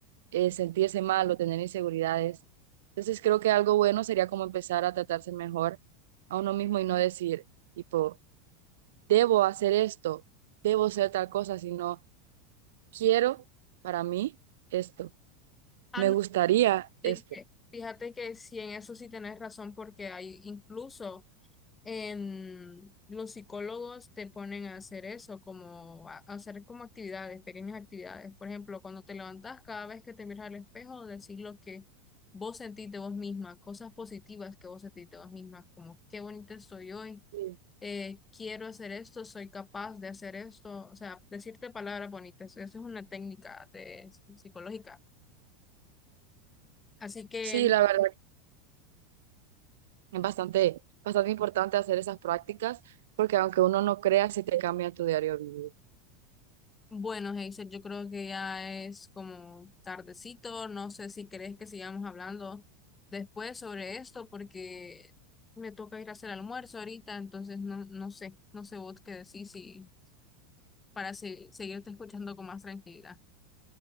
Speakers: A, on the right; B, on the left.
A: eh, sentirse mal o tener inseguridades. Entonces creo que algo bueno sería como empezar a tratarse mejor a uno mismo y no decir, tipo... debo hacer esto, debo ser tal cosa, sino quiero para mí esto,
B: Ah,
A: me
B: no,
A: gustaría
B: de
A: esto.
B: que- fíjate que sí, en eso sí tenés razón, porque hay incluso em, los psicólogos te ponen a hacer eso, como a a hacer como actividades, pequeñas actividades. Por ejemplo, cuando te levantas, cada vez que te miras al espejo, decir lo que vos sentís de vos misma, cosas positivas que vos sentís de vos misma, como qué bonita soy hoy,
A: Sí,
B: eh, quiero hacer esto, soy capaz de hacer esto. O sea, decirte palabras bonitas. Eso es una técnica de, psicológica. Así que
A: Sí, la verdad, es bastante, bastante importante hacer esas prácticas porque aunque uno no crea, sí te cambia tu diario vivir.
B: Bueno, Hazel, yo creo que ya es como tardecito. No sé si querés que sigamos hablando después sobre esto, porque me toca ir a hacer almuerzo ahorita, entonces no, no sé, no sé vos qué decís si, para se- seguirte escuchando con más tranquilidad.